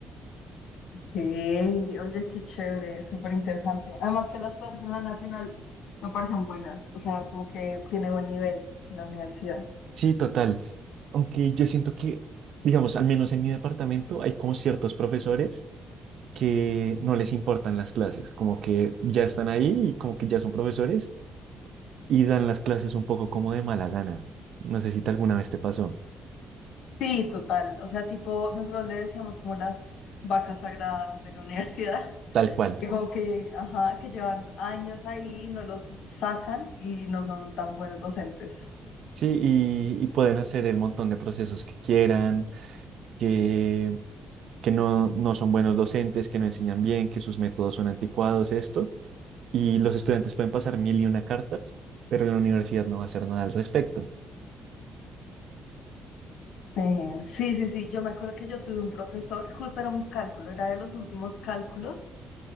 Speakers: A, on the left; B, on the right.
A: Sí, oye, qué chévere, súper interesante. Además que las clases en la Nacional me parecen buenas, o sea, como que tiene buen nivel la universidad.
B: Sí, total. Aunque yo siento que, digamos, al menos en mi departamento hay como ciertos profesores que no les importan las clases, como que ya están ahí y como que ya son profesores y dan las clases un poco como de mala gana. No sé si te- alguna vez te pasó.
A: Sí, total, o sea, tipo, nosotros le decíamos como las vacas sagradas de la universidad,
B: Tal
A: <laughs>
B: cual.
A: que como que, ajá, que llevan años ahí, y no los sacan y no son tan buenos docentes.
B: Sí, y, y pueden hacer el montón de procesos que quieran, que que no, no son buenos docentes, que no enseñan bien, que sus métodos son anticuados, esto, y los estudiantes pueden pasar mil y una cartas, pero la universidad no va a hacer nada al respecto.
A: Eh, sí, sí, sí, yo me acuerdo que yo tuve un profesor, justo era un cálculo, era de los últimos cálculos.